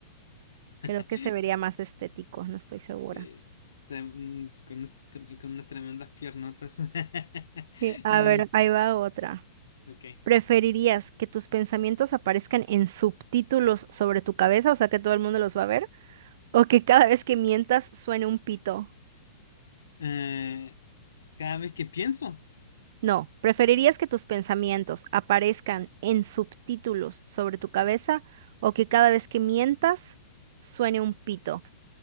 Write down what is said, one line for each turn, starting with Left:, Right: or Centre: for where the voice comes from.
Left: <laughs>
Right: Creo que se vería más estético, no estoy segura.
Left: Sí, se- mm, con, unas tre- con unas tremendas piernotas. <laughs>
Right: Sí, a
Left: Eh,
Right: ver, ahí va otra.
Left: ok.
Right: ¿Preferirías que tus pensamientos aparezcan en subtítulos sobre tu cabeza, o sea que todo el mundo los va a ver? ¿O que cada vez que mientas suene un pito?
Left: Eh, cada vez que pienso,
Right: No, ¿preferirías que tus pensamientos aparezcan en subtítulos sobre tu cabeza o que cada vez que mientas suene un pito?